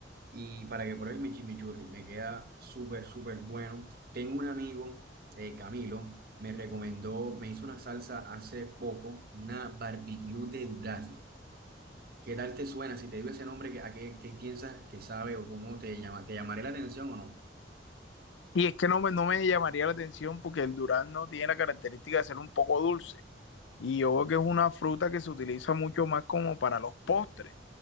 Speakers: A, on the right; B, on the left.
A: Y para que pruebes mi chimichurri, me queda súper, súper bueno. Tengo un amigo eh, Camilo, me recomendó, me hizo una salsa hace poco, una barbecue de duraznos. ¿Qué tal te suena? Si te digo ese nombre, ¿qué- ¿a qué, qué piensas que sabe o cómo te llama? ¿Te llamaré la atención o no?
B: Y es que no me, no me llamaría la atención porque el durazno tiene la característica de ser un poco dulce. Y yo veo que es una fruta que se utiliza mucho más como para los postres.